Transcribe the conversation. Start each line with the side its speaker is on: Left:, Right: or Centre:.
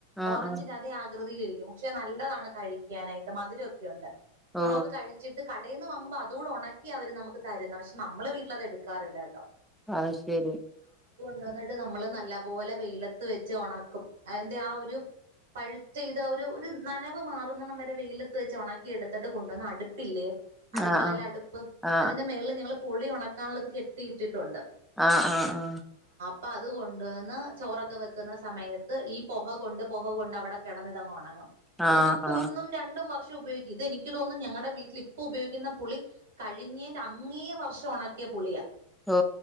Centre: ആഹ്
Right: ഓറഞ്ചിന്റെ
Centre: ആഹ്
Right: അതേ ആകൃതിയിലിരിക്കും പക്ഷെ നല്ലതാണ് കഴിക്കാനായിട്ട് മധുരം ഒക്കെ ഉണ്ട്
Centre: ഓ
Right: നമ്മളത് കഴിച്ചിട്ട് കടയി നിന്ന് വാങ്ങുമ്പോ അതൂടെ ഉണക്കി അവര് നമുക്ക് തരുന്ന പക്ഷെ നമ്മള് വീട്ടിൽ അത് എടുറില്ല കേട്ടോ
Centre: അതുശരി
Right: എന്നിട്ട് നമ്മള് നലപോലെ വെയിലത്ത് വെച്ച് ഉണക്കും അയെന്തയ് ആ ഒരു കഴുത്തിത ഒരു ഒരു ഒരു നനവ് മാറുന്നണം വരെ വെയിലത്ത് വെച്ച് ഉണക്കി എടുത്തിട്ട് കൊണ്ടുവന്ന് അടുപ്പില്ലേ അടുക്കളേൽ
Centre: ആ ആ
Right: അടുപ്പ്
Centre: ആ ആ
Right: അതിന്റെ മേളില് ഞങ്ങള് പുളി ഉണക്കാനുള്ളത് കെട്ടിയിട്ടിട്ടുണ്ട്
Centre: ആ ആ ആ
Right: പ്പൊ അത് കൊണ്ടുവന്ന് ചോറൊക്കെ വെക്കുന്ന സമയത്ത് ഈ പൊഹ കൊണ്ട് പൊ ഔ കൊണ്ടവിടെ കിടന്നിതങ്ങൊണങ്ങും
Centre: ആ ആ
Right: അത് നമുക്ക്
Centre: ആ
Right: ഒന്നും രണ്ടും വർഷം റ്റുപയോഗിക്കു ഇതെനിക്ക് തോന്നും ഞങ്ങളുടെ വീട്ടിലിപ്പൊ ഉപയോഗിക്കുന്ന പുളി കഴിഞ്ഞേന്റെ അങ്ങേ വർഷം ഉണക്കിയ പുളിയാ
Centre: ഓ